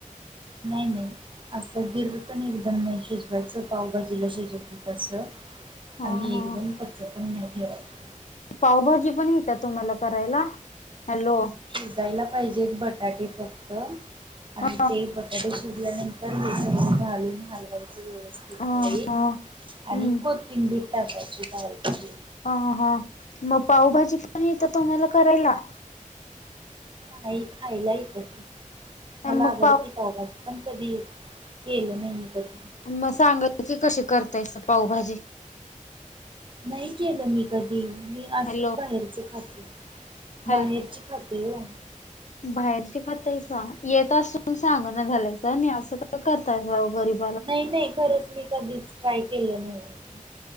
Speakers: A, on the right; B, on the left.
A: नाही-नाही. असं गिर पण एकदम नाही शिजवायचं, पावभाजीला शिजवत तसं.
B: हा
A: आणि्
B: हा
A: एकदम, कच्च पण नाही ठेवायचे.
B: पावभाजी पण येत्या तुम्हाला करायला, हॅलो.
A: शिजायला पाहिजेत बटाटे फक्त, आणि
B: हा
A: ते ब त्या शिजल्यानंतर घालून हलवाई च स्ववस्तिती.
B: हा हा हम्म
A: <inaudible> आणि कोथिंबीर टाकायची.
B: हा-हा म पावभाजी पण येते तुम्हाला करायला.
A: नाही खायला येत्या ती, मला
B: मग
A: आवडते
B: पाव
A: पावभाजी. पण कधी, केलं नाही मी कधी.
B: मग सांगाल की कशी करताय पावभाजी.
A: नाही केलं मी कधी, मी असच
B: हॅलो
A: बाहेरच खाते,
B: हॅलो
A: बाहेरचे खात. तोय ओ.
B: बाहेरची खातायसा येत असून सांगना झालायसा आणि असं करताय गरीब
A: नाही नाही खरंच मी कधीच ट्राय केलं नाहीये.